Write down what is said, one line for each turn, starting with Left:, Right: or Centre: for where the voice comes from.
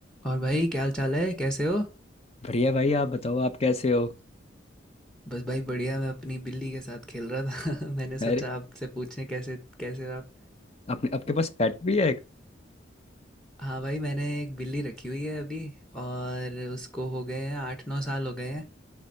Centre: और भाई क्या हाल चाल है कैसे हो
Left: बढ़िया भाई आप बताओ आप कैसे हो
Centre: बस भाई बढ़िया मैं अपनी बिल्ली के साथ खेल रहा था <laughs> मैंने सोचा
Left: अरे
Centre: आपसे पूछें कैसे कैसे हो आप
Left: अपने आपके पास पेट भी है एक
Centre: हाँ भाई मैंने एक बिल्ली रखी हुई है अभी और उसको हो गए हैं आठ नौ साल हो गए हैं